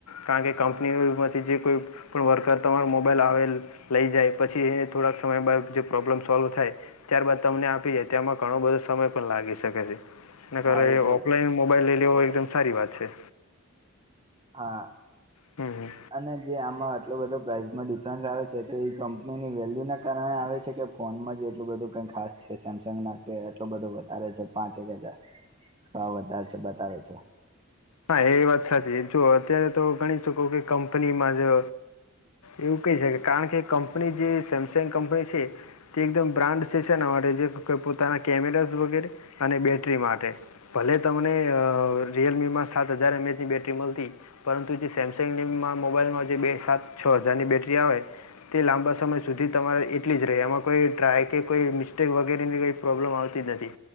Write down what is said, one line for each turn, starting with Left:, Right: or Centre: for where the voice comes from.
Left: કારણ કે કંપની પછી જે કોઈ પણ વર્કર તમારા મોબાઈલ આવે લઈ જાય પછી એ થોડાક સમય બાદ જે પ્રોબ્લેમ સોલ્વ થાય ત્યારબાદ તમને આપી જાય તેમાં ઘણો બધો સમય પણ લાગી શકે છે એના કરતા
Right: હા એટલે
Left: ઓફલાઈન
Right: જ
Left: મોબાઈલ લઈ લેવો એકદમ સારી વાત છે
Right: હા
Left: હમ હમ
Right: અને જે આમાં આટલો બધો પ્રાઇસમાં ડિફરન્સ આવે છે તે એ કંપનીની વેલ્યુના કારણે આવે છે કે ફોનમાં જ એટલું બધું કઈ ખાસ છે સેમસંગના કે એટલું બધું વધારે છે પાંચ એક હજાર ભાવ બતાવે છે બતાવે છે
Left: હા એ વાત સાચી જો અત્યારે તો ગણી શકો કે કંપનીમાં જ એવું કહી શકે કારણ કે કંપની જે સેમસંગ કંપની છે. તે એકદમ બ્રાન્ડ સેશના માટે જે પોતાના કેમેરાઝ વગેરે, અને બેટરી માટે. ભલે તમને રિયલમી માં સાત હજાર એમ એચની બેટરી મળતી. પરંતુ જે સેમસંગ મોબાઈલમાં જે બે સાત છ હજારની બેટરી આવે. તે લાંબા સમય સુધી તમારે એટલી જ રહે એમાં કોઈ ટ્રાય કે કોઈ મિસ્ટેક વગેરેની કંઈ પ્રોબ્લેમ આવતી જ નથી,